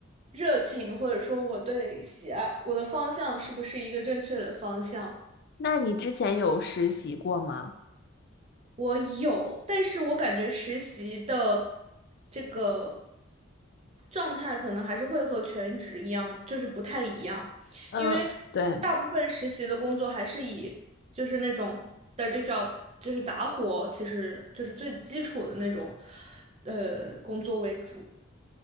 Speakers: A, on the right (about 30°); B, on the left (about 50°).
A: 热情，或者说我对喜爱我的方向是不是一个正确的方向。
B: 那你之前有实习过吗？
A: 我有，但是我感觉实习的这个状态可能还是会和全职一样，就是不太一样，
B: 嗯，
A: 因为
B: 对。
A: 大部分实习的工作还是以就是那种 dirty job，就是杂活，其实就是最基础的那种呃工作为主。